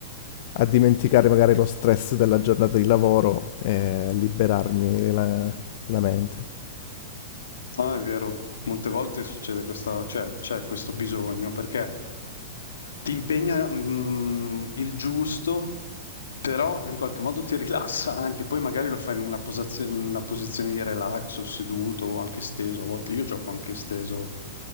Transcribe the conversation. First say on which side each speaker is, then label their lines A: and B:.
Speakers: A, on the left (about 55°); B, on the left (about 85°).
A: a dimenticare magari lo stress della giornata di lavoro e a liberarmi la, la mente.
B: Ah, è vero, molte volte succede questa, cioè c'è questo bisogno perché ti impegna mm, il giusto, però in qualche modo ti rilassa anche, poi magari lo fai in una, posazio- in una posizione di relax o seduto o anche steso, a volte io gioco anche steso